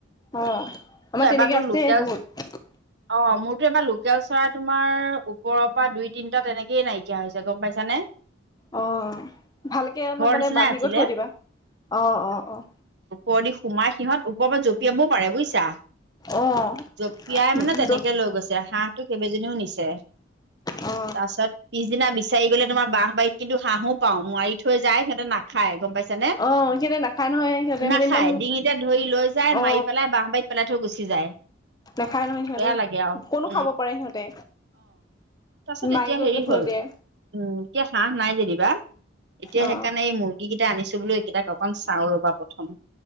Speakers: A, on the left; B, on the right.
A: অ' আমাৰ
B: এবাৰতো
A: তেনেকে আছে
B: লোকেল
A: বহুত।
B: অ' মোৰতো এবাৰ লোকেল চৰাই তোমাৰ ওপৰ দুই তিনিটা তেনেকয়ে নাইকিয়া হৈছে গম পাইছা নে?
A: অ' ভালকে অলপ মানে
B: নিচিনাই
A: বান্ধি
B: আছিলে
A: কৈ থৈ দিবা। অ', অ'-অ'।
B: ওপৰ দি সোমাই সিহঁত, ওপৰ পা জঁপিয়াবও পাৰে বুইছা।
A: অ'
B: জপিয়াই মানে তেনেকে
A: অ'
B: লৈ গৈছে হাঁহটো কেইবাজনীও নিছে।
A: অ
B: তাছত পিছদিনা বিচাৰি গ'লে তোমাৰ বাঁহ বাৰীত কিন্তু হাঁহো পাওঁ। মোৱা মাই থৈ যায়, সিহঁতে নাখাই গম পাইছ ছানে।
A: অ', সিহঁতে নাখায় নহয় সিহঁতে মানে
B: নাখায়
A: ইমান
B: ডিঙিতে ধই লৈ যাই
A: অ
B: মাই পেলাই বাঁহ বাইত পেলাই থৈ গুচি যায়।
A: নাখায় নহয় সিহঁতে
B: বেয়া লাগে আৰু
A: ক'নো
B: উম
A: খাব পাৰে সিহঁতে।
B: তাছত
A: মাৰি
B: এতিয়া
A: গৈ
B: হেৰি
A: পেলাই থৈ
B: হ'ল
A: দিয়ে
B: উম এতিয়া হাঁহ নাই যেনিবা। এতিয়া
A: অ
B: হেকাণে এই মুৰ্গীগিটা আনিছোঁ বুলো এইকিটাক অকণ চাওঁ ৰ'বা প্ৰথম।